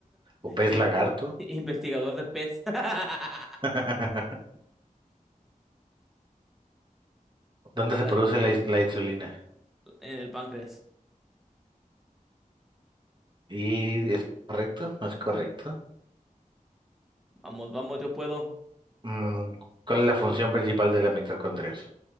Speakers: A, on the right; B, in the centre.
A: o pez
B: I-
A: lagarto?
B: Investigador de pez. <laughs>
A: <laughs>
B: Dale,
A: ¿Dónde se
B: dale.
A: produce la, is- la insulina?
B: En el páncreas.
A: ¿Y es correcto? ¿No es correcto?
B: Vamos, vamos, yo puedo.
A: Mm, ¿cuál es la función principal de la mitocondria?